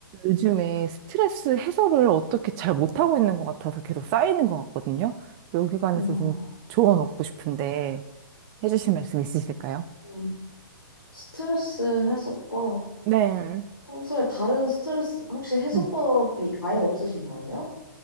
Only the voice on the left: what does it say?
어,
음. 스트레스 해소법.
평소에 다른 스트레스, 혹시 해소법이
아예 없으신 거예요?